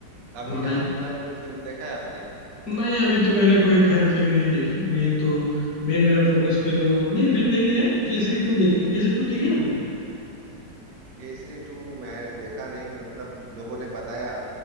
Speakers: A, on the right (about 70°); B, on the left (about 65°).
A: अभी
B: अ, बताइए
A: हाल फिलहाल कोई फिल्म देखा है आपने
B: नहीं अभी तो मैंने कोई खैर फिल्म नहीं देखी मेन तो मेन मेरा फोकस पे तो नहीं फिल्म देखी है केसरी टू देखी है केसरी टू देखी है आपने
A: केसरी टू मैं देखा नहीं मतलब लोगों ने बताया